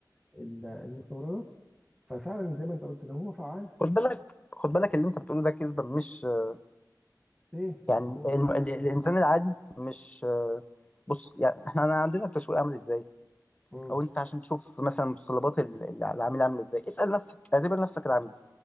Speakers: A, in the centre; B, on the left.
A: ال- المستورده ففعلا زي ما انت قلت لو هو فعال
B: خد بالك خد بالك اللي انت بتقوله ده كذبه مش آه،
A: ايه
B: يعني
A: ما هو
B: الم- ال- الانسان العادي مش آه، بص يعني احنا أنا عندنا التسويق عامل ازاي
A: امم
B: او انت عشان تشوف مثلا متطلبات ال- ال- العميل عامل ازاي اسال نفسك اعتبر نفسك العميل